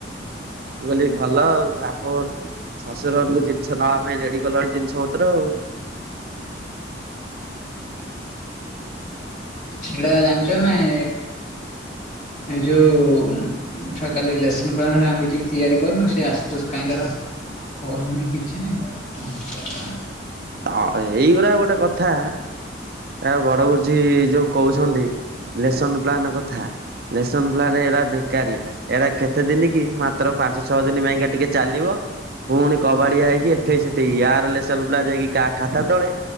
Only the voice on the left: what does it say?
ଏଇଟା ଜା ଜାଣିଛ ନାଇଁ ଏ ଯୋଉ ଛୁଆ କାଲି ଲେସନ ପାହା ଆମେ କିଛି ତିଆରି କରନୁ ସେ ଆସିଥିବ କାହିଁକାର କରୁନି କିଛି ନାଇଁ କଣ କରିବା।